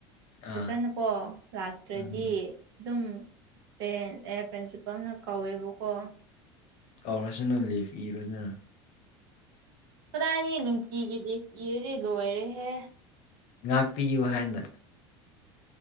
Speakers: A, on the right; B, on the left.
A: ꯐꯖꯅꯀꯣ
B: ꯑꯥ
A: ꯂꯥꯛꯇ꯭ꯔꯗꯤ
B: ꯎꯝ
A: ꯑꯗꯨꯝ ꯄꯦꯔꯦꯟ ꯑꯦ ꯄ꯭ꯔꯤꯟꯁꯤꯄꯜꯅ ꯀꯧꯋꯦꯕꯀꯣ
B: ꯀꯧꯔꯁꯨ ꯅꯪ ꯂꯤꯞ ꯏꯔꯨꯅ
A: ꯀꯗꯥꯏꯗꯒꯤ ꯅꯨꯡꯇꯤꯒꯤꯗꯤ ꯂꯤꯞ ꯏꯔꯗꯤ ꯂꯣꯏꯔꯦꯍꯦ
B: ꯉꯥꯛꯄꯤꯌꯨ ꯍꯥꯏꯅ